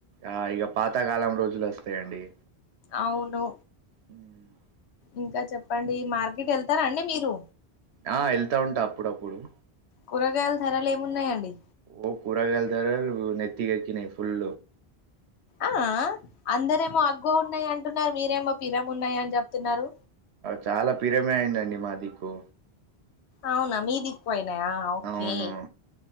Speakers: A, on the right; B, on the left.
A: ఆ ఇగా పాతకాలం రోజులు వస్తాయండి
B: అవును
A: మ్
B: ఇంకా చెప్పండి మార్కెట్ వెళ్తారా అండి మీరు
A: ఆ! ఎళ్తా ఉంటా అప్పుడప్పుడు.
B: కూరగాయల ధరలు ఏమున్నాయండి
A: ఓ కూరగాలుతర నెత్తికేక్కినయ్ ఫుల్
B: ఆ అందరేమో అగ్గవ ఉన్నాయి అంటున్నారు మీరేమో పిరం ఉన్నాయ అని చెప్తున్నారు
A: చాలా పిరమే అయిందండి మా దిక్కు
B: అవునా మీదిక్కుపోయినాయా ఓకే
A: అవును